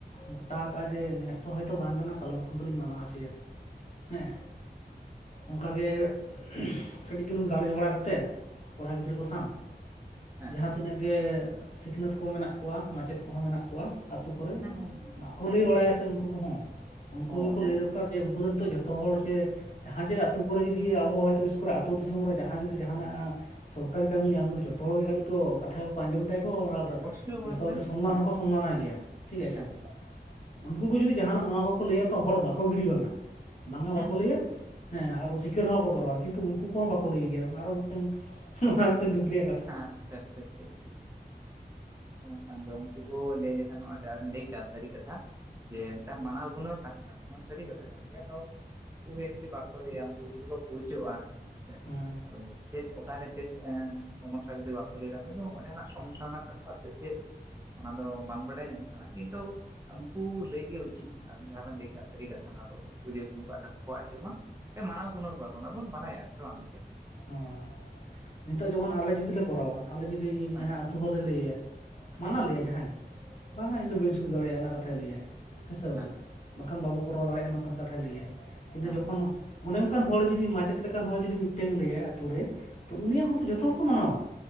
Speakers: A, on the left; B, on the right.
A: ᱜᱚᱴᱟ ᱠᱟᱜᱼᱟ ᱡᱮ ᱱᱮᱥ ᱫᱚ ᱦᱳᱭᱛᱚ ᱵᱟᱝ ᱠᱟᱱᱟ ᱠᱟᱞᱚᱢ ᱠᱷᱚᱱ ᱫᱚᱞᱤᱧ ᱢᱟᱱᱟᱣ ᱦᱚᱪᱚᱭᱟ᱾ ᱦᱮᱸ ᱚᱱᱠᱟᱜ ᱜᱮ ᱠᱟᱹᱴᱤᱡ ᱪᱩᱞᱩᱝ ᱜᱟᱞᱚᱪ ᱵᱟᱲᱟ ᱠᱟᱛᱮ ᱠᱚᱲᱟ ᱜᱤᱫᱽᱨᱟᱹ ᱠᱚ ᱥᱟᱝ
B: ᱦᱮᱸ
A: ᱡᱟᱦᱟᱸ ᱛᱤᱱᱟᱹᱜ ᱜᱮ ᱥᱤᱠᱷᱱᱟᱹᱛ ᱠᱚ ᱢᱮᱱᱟᱜ ᱠᱚᱣᱟ ᱢᱟᱪᱮᱫ ᱠᱚᱦᱚᱸ ᱢᱮᱱᱟᱜ ᱠᱚᱣᱟ, ᱟᱛᱳ ᱠᱚᱨᱮ
B: ᱦᱮᱸ ᱦᱮᱸ ᱦᱮᱸ
A: ᱵᱟᱠᱚ
B: ᱦᱮᱸ
A: ᱞᱟᱹᱭ ᱵᱟᱲᱟᱭᱟ ᱥᱮ ᱩᱝᱠᱩ ᱠᱚᱦᱚᱸ ᱩᱝᱠᱩ
B: ᱚ
A: ᱜᱮᱠᱚ
B: ᱦᱮᱸ
A: ᱞᱟᱹᱭ ᱫᱚᱨᱠᱟᱨ
B: ᱛᱚ
A: ᱡᱮ ᱩᱝᱚ ᱫᱚ ᱱᱤᱛᱚᱜ ᱡᱷᱚᱛᱚ ᱦᱚᱲ ᱡᱮ ᱡᱟᱦᱟᱸ ᱡᱮ ᱟᱛᱳ ᱠᱚᱨᱮ ᱡᱩᱫᱤ ᱟᱵᱚ ᱟᱛᱳ ᱤᱥᱠᱩᱞ ᱨᱮ ᱟᱹᱛᱳ ᱫᱤᱥᱚᱢ ᱨᱮ ᱡᱟᱦᱟᱸᱭ ᱡᱩᱫᱤ ᱡᱟᱦᱟᱸᱱᱟᱜ ᱥᱚᱨᱠᱟᱨᱤ ᱠᱟᱹᱢᱤᱭᱟ ᱩᱱᱤ ᱫᱚ ᱡᱚᱛᱚ ᱦᱚᱲᱜᱮ ᱠᱟᱹᱴᱤᱡ ᱠᱚ ᱠᱟᱛᱷᱟ ᱠᱚ ᱟᱸᱡᱚᱢ ᱛᱟᱭᱟ ᱠᱚ ᱟᱨ
B: ᱚᱵᱚᱥᱥᱳᱭ ᱚᱵᱚᱥᱥᱳᱭ
A: ᱡᱷᱚᱛᱚ ᱜᱮ ᱥᱚᱱᱢᱟᱱ
B: ᱧᱟᱢᱚᱜ
A: ᱦᱚᱸᱠᱚ ᱥᱚᱱᱢᱟᱱ ᱟᱭ ᱜᱮᱭᱟ ᱴᱷᱤᱠ
B: ᱮᱠᱟᱞ
A: ᱟᱪᱷᱮ᱾
B: ᱮᱠᱟᱞ
A: ᱩᱱᱠᱩ ᱠᱚ ᱡᱩᱫᱤ ᱡᱟᱦᱟᱸᱱᱟᱜ ᱱᱚᱣᱟ ᱠᱚᱠᱚ ᱞᱟᱹᱭᱟ ᱛᱚ ᱦᱚᱲ ᱵᱟᱠᱚ ᱜᱤᱰᱤ ᱵᱟᱝᱟ, ᱵᱟᱝᱟ ᱵᱟᱠᱚ
B: ᱦᱮᱸ ᱦᱮᱸ
A: ᱞᱟᱹᱭᱟ ᱦᱮᱸ ᱟᱨᱚ ᱥᱤᱠᱟᱹᱨ ᱦᱚᱸ ᱵᱟᱠᱚ ᱠᱚᱨᱟᱣᱟ ᱠᱤᱱᱛᱩ ᱩᱱᱠᱩ ᱠᱚᱦᱚᱸ ᱵᱟᱠᱚ ᱞᱟᱹᱭ ᱜᱮᱭᱟ ᱟᱨᱚ ᱢᱤᱫ ᱴᱟᱝ ᱟᱨ ᱢᱤᱫ ᱴᱟᱝ ᱫᱩᱠ ᱨᱮᱭᱟᱜ ᱠᱟᱛᱷᱟ᱾
B: ᱦᱟᱸ ᱟᱪᱪᱷᱟ ᱟᱪᱪᱷᱟ ᱴᱷᱤᱠ᱾ ᱩᱱ ᱠᱷᱟᱱ ᱫᱚ ᱩᱱᱠᱩ ᱠᱚ ᱞᱟᱹᱭ ᱞᱮᱠᱷᱟᱱ ᱜᱟᱱᱚᱜᱼᱟ ᱡᱮ ᱞᱟᱹᱭ ᱠᱟᱜᱼᱟ ᱥᱟᱹᱨᱤ ᱠᱟᱛᱷᱟ, ᱡᱮ ᱢᱤᱫ ᱴᱟᱝ ᱢᱟᱱᱟᱣ ᱜᱩᱱᱟᱹᱣ ᱛᱟᱦᱮᱸᱱᱟ ᱱᱚᱣᱟ ᱥᱟᱹᱨᱤ ᱠᱟᱛᱷᱟ ᱠᱟᱱ ᱜᱮᱭᱟ, ᱛᱚ ᱩᱝᱠᱩ ᱜᱮ ᱡᱩᱫᱤ ᱵᱟᱠᱚ ᱞᱟᱹᱭᱟ ᱩᱱᱠᱩ ᱡᱩᱫᱤ ᱠᱚ ᱯᱟᱹᱪᱟᱜᱼᱟ ᱦᱮᱸᱥᱮ,
A: ᱦᱮᱸ
B: ᱟᱫᱚ ᱪᱮᱫ ᱚᱠᱟᱨᱮ ᱪᱮᱫ ᱮᱸ ᱥᱚᱢᱚᱥᱥᱟ ᱡᱩᱫᱤ ᱵᱟᱠᱚ ᱞᱟᱹᱭ ᱫᱟᱭ ᱦᱳᱭ ᱛᱚ ᱡᱟᱦᱟᱸᱱᱟᱜ ᱥᱚᱢᱚᱥᱥᱟ ᱢᱮᱱᱟᱜ ᱛᱟᱠᱚᱣᱟ, ᱥᱮᱪᱮᱫ ᱚᱱᱟ ᱫᱚ ᱵᱟᱝ ᱵᱟᱰᱟᱭ ᱧᱟᱢᱚᱜ ᱠᱟᱱᱟ ᱠᱤᱱᱛᱩ ᱩᱱᱠᱩ ᱞᱟᱹᱭ ᱜᱮ ᱩᱪᱤᱛ᱾ ᱟᱵᱤᱱ ᱡᱟᱦᱟᱸ ᱵᱮᱱ ᱞᱟᱹᱭ ᱠᱮᱜᱟ ᱥᱟᱹᱨᱤ ᱠᱟᱛᱷᱟ ᱱᱚᱣᱟ ᱫᱚ ᱩᱝᱠᱩ ᱡᱮᱦᱮᱛᱩ ᱩᱝᱠᱩᱣᱟᱜ ᱠᱟᱛᱷᱟ ᱠᱚ ᱟᱸᱡᱚᱢᱟ ᱢᱟᱱᱟᱣ ᱜᱩᱱᱟᱹᱣ ᱠᱚᱣᱟ ᱠᱚ ᱦᱟᱸᱜ ᱵᱚᱱ ᱵᱟᱲᱟᱭᱟ ᱥᱮ ᱵᱟᱝ ᱜᱚᱝᱠᱮ?
A: ᱦᱳᱭ ᱱᱤᱛᱚᱜ ᱡᱮᱢᱚᱱ ᱟᱞᱮ ᱡᱩᱫᱤ ᱞᱮ ᱠᱚᱨᱟᱣᱟ ᱟᱞᱮ ᱡᱩᱫᱤ
B: ᱦᱮᱸ
A: ᱡᱟᱦᱟᱸ ᱟᱹᱛᱩ ᱦᱚᱲᱞᱮ ᱞᱟᱹᱭ ᱟᱭᱟ ᱢᱟᱱᱟ
B: ᱦᱮᱸ
A: ᱞᱮᱭᱟᱭ ᱡᱟᱦᱟᱸᱭ ᱜᱮ ᱵᱟᱝᱟ
B: ᱦᱮᱸ
A: ᱤᱧ ᱫᱚ ᱵᱟᱹᱧ ᱥᱩᱨ ᱫᱟᱲᱮᱭᱟᱜᱼᱟ ᱚᱱᱟ ᱠᱟᱛᱷᱟᱭ ᱞᱟᱹᱭᱟ, ᱦᱮᱸᱥᱮ ᱵᱟᱝᱟ?
B: ᱦᱮᱸ
A: ᱵᱟᱠᱷᱟᱱ ᱵᱟᱵᱚ ᱠᱚᱨᱟᱣ ᱫᱟᱲᱮᱭᱟᱜᱼᱟ ᱱᱚᱝᱠᱟᱱ ᱠᱟᱛᱷᱟᱭ ᱞᱟᱹᱭᱟ, ᱠᱤᱱᱛᱩ
B: ᱦᱮᱸ
A: ᱡᱚᱠᱷᱚᱱ ᱚᱱᱮ ᱚᱝ ᱠᱟᱱ ᱦᱚᱲ ᱡᱩᱫᱤ ᱢᱟᱪᱮᱫ ᱞᱮᱠᱟᱱ ᱦᱚᱲ ᱡᱩᱫᱤ ᱢᱤᱫ ᱴᱮᱱ ᱞᱟᱹᱭ ᱟᱭ ᱟᱛᱳ ᱨᱮ ᱛᱚ ᱩᱱᱤ ᱭᱟᱜ ᱦᱚᱲ ᱡᱚᱛᱚ ᱦᱚᱲ ᱠᱚ ᱢᱟᱱᱟᱣ-ᱟ᱾